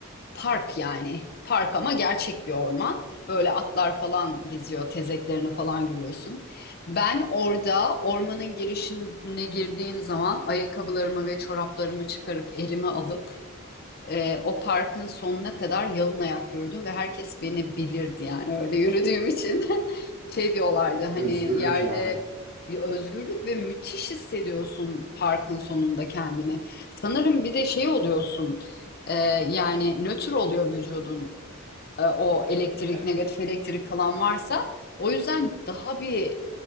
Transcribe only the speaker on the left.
park yani. Park ama gerçek bir orman. Böyle atlar falan geziyor, tezeklerini falan görüyorsun. Ben orada ormanın girişine girdiğim zaman ayakkabılarımı ve çoraplarımı çıkarıp elime alıp ee, o parkın sonuna kadar yalın ayak yürüdüm ve herkes beni bilirdi yani öyle yürüdüğüm için <laughs> şey diyorlardı hani
yerde
bir özgürlük ve müthiş hissediyorsun parkın sonunda kendini. Sanırım bir de şey oluyorsun e, yani nötr oluyor vücudun E, o elektrik
negatif elektrik falan varsa o yüzden daha bir